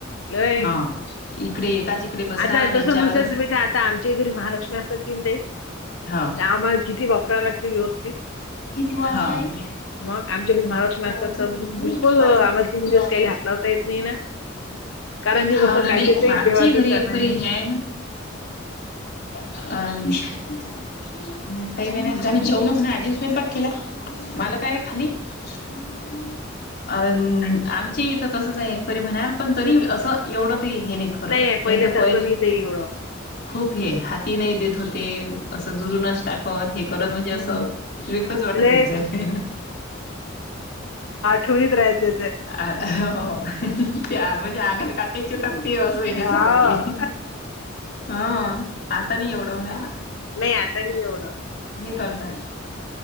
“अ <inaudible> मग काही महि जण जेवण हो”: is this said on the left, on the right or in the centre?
Left